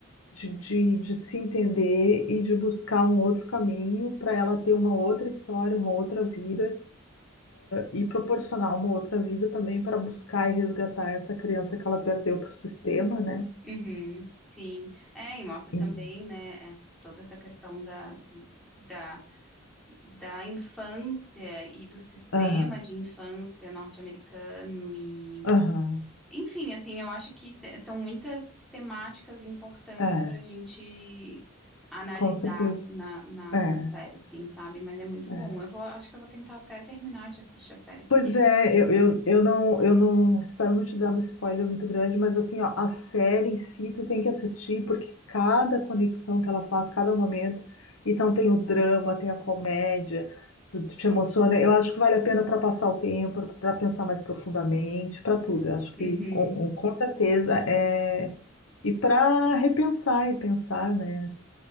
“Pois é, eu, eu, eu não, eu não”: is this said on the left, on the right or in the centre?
Left